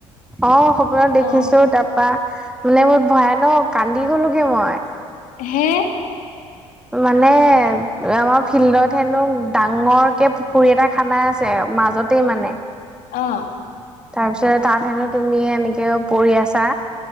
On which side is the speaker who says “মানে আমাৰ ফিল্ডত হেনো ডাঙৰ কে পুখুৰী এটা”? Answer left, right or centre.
Centre